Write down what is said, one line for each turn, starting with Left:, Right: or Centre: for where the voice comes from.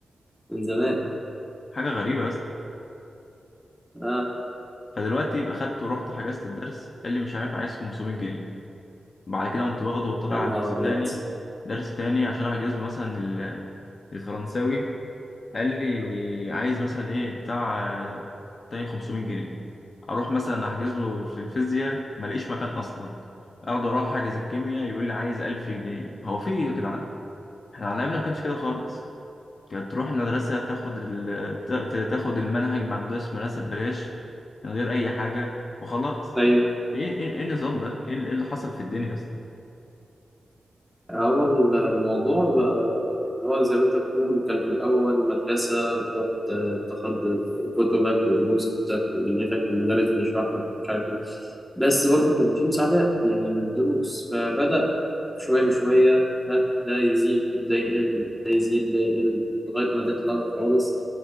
Centre: من زمان
Left: حاجة غريبة يا اسطى
Centre: آه
Left: فدلوقتي يبقى خدت ورحت حجزت الدرس قال لي مش عارف عايز 500 جنيه بعد كده قمت واخده وطلع
Centre: يا
Left: على
Centre: نهار
Left: درس
Centre: أبيض
Left: تاني درس تاني عشان احجز له مثلا ال- الفرنساوي قال لي عايز مثلا ايه بتاع آه، تاني 500 جنيه اروح مثلا احجز له في الفيزياء ملاقيش مكان اصلا اخده اروح احجز الكيمياء يقول لي عايز 1000 جنيه هو في ايه يا جدعان احنا على ايامنا ما كانش كده خالص كانت تروح المدرسة تاخد ال... تا- تاخد المنهج مع المدرس في المدرسة ببلاش من غير أي حاجة وخلاص
Centre: طيب
Left: إيه إيه إيه النظام ده؟ إيه اللي إيه اللي حصل في الدنيا يا اسطى؟
Centre: هو الموضوع بقى يعني هو زي ما انت بتقول كان في الأول مدرسة وتروح ت- تاخد كتبك ودروسك ودنيتك والمدرس بيشرح لك مش عارف ايه بس برضه كان في مساعدات من الدروس فبدأ شوية بشوية ها ده يزيد ده يقل ده يزيد ده يقل لغاية ما ده اتلغى خالص